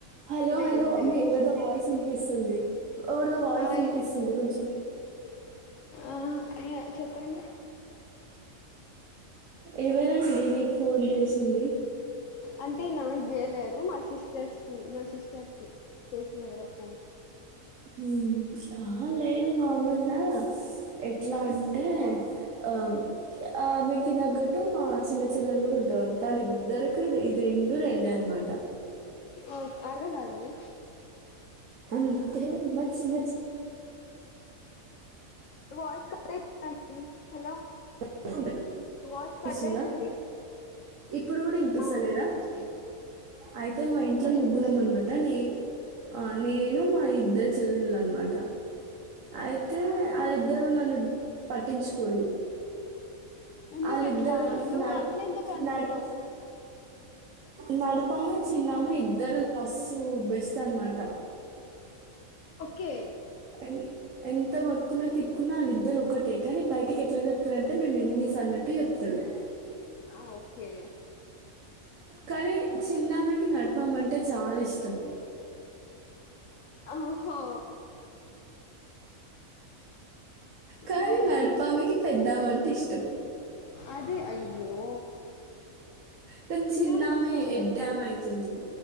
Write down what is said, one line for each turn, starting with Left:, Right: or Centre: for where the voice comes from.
Right: హలో
Left: లేదు
Right: హలో
Left: లేదు
Right: మీ ఎవరిదో వాయిస్ వినిపిస్తుంది ఎవరిదో వాయిస్
Left: ఆ
Right: వినిపిస్తుంది కొంచెం
Left: ఆ ఎ చెప్పండి
Right: ఎవరండి మీీకు ఫోన్ చేసింది
Left: అంటే నాక్ చేయలేదు మా సిస్టర్స్కి మా సిస్టర్కి చేసిళ్ళు ఎవరో ఫోన్
Right: మ్మ్ అహ లేదు నార్మల్గా ఎట్లా అంటే ఆ ఆ మీకు తగ్గట్టు మా చిన్న చెల్లెలు కూడా ఉంటాదంట వాళ్ళిద్దరికి రెండ్ రెండు రెండే అన్నమాట
Left: ఓ అర్థం కాలేదు
Right: అంతే మచ్చి మచ్చి
Left: వయిస్ కట్ ఐతుందండి హలో
Right: చెల్లె ఉంటది.
Left: వాయిస్
Right: ఇనిపిస్తుందా?
Left: కట్ అయితుంది
Right: ఇప్పుడు కూడా ఇనిపిస్తలేదా
Left: ఆ వినిపిస్తుంది
Right: అయితే మా ఇంట్లో
Left: ఇప్పుడు
Right: ముగ్గురం
Left: వినిపిస్తుంది
Right: అనమాట నీ ఆ నేను మా ఇద్దరు చెల్లెళ్లు అన్నమాట అయితే వాళ్ళిద్దరు నన్ను పట్టించుకోరు
Left: ఎందుకు
Right: అళిద్దరు
Left: అట్లా నువ్వు
Right: నడిప్
Left: అట్లా ఎందుకు అనుకుంటావు
Right: నడిప్ నడిపమే చిన్నమే ఇద్దరు మస్సు బెస్ట్ అనమాట
Left: ఓకే
Right: ఎన్ ఎంత కొట్టుకున్నా తిట్కున్నా వాళ్ళిద్దరు ఒకటే కానీ బయటకి ఎట్లా చెప్తారంటే మేము ఎనిమీస్ అన్నట్టు చెప్తారు <inaudible>
Left: ఆ ఓకే
Right: కానీ
Left: అంటే
Right: చిన్నామకి నడపామంటే చాలా ఇష్టం
Left: ఆ ఓహో
Right: కానీ
Left: అవునా
Right: నడపామకి పెద్దామంటే ఇష్టం
Left: అదే అయ్యో
Right: కానీ
Left: చిన్నామకి
Right: చిన్నమే
Left: ఇష్టం ఉండదా
Right: ఎడ్డమ అయితుంది